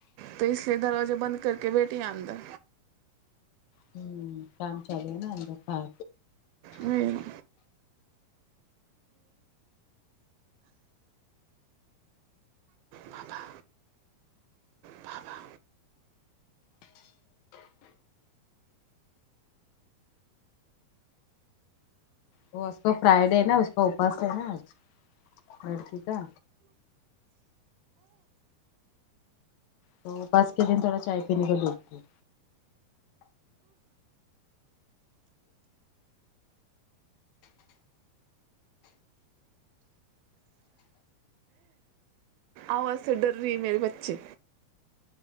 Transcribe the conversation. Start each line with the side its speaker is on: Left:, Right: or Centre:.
Right: تو اس لیے دروازہ بند کر کے بیٹھے ہیں اندر
Left: ہ کام چالو ہے نا اندر ہاں
Right: ہوں ابا بابا
Left: وہ اس کو فرائیڈے نا اس کو پاس ہے نا آج لڑکی کا تو پس کے ہم تھوڑا چائے پینے کو دیکھتے ہے
Right: آواز سے ڈر رہی ہے میری بچی